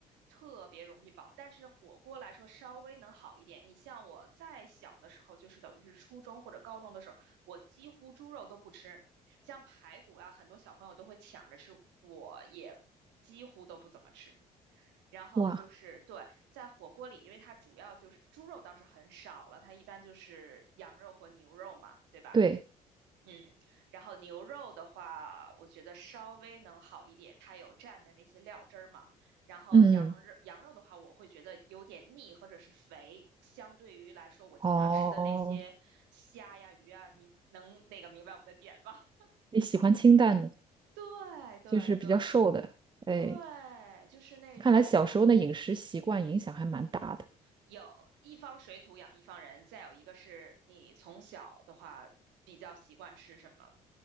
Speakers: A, on the right; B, on the right.
A: 特别容易饱，但是火锅来说稍微能好一点。你像我再小的时候，就是等于是初中或者高中的时候，我几乎猪肉都不吃，像排骨啊，很多小朋友都会抢着吃，我也几乎都不怎么吃。然后就是对，
B: 哇，
A: 在火锅里，因为它主要就是猪肉倒是很少了，它一般就是羊肉和牛肉嘛，对吧？
B: 对，
A: 嗯，然后牛肉的话，我觉得稍微能好一点，它有蘸的那些料汁儿嘛。然后羊肉，
B: 嗯，
A: 羊肉的话，我会觉得有点腻或者是肥，相对于来说，我经常吃的那些虾呀、
B: 哦，
A: 鱼啊，你能那个明白我的点吗？<laughs>
B: 你喜欢清淡的，
A: 对对对
B: 就是比较瘦的，哎，
A: 对，就是那种
B: 看来小时候的饮食习惯影响还蛮大的。
A: 有一方水土养一方人，再有一个是你从小的话比较习惯吃什么。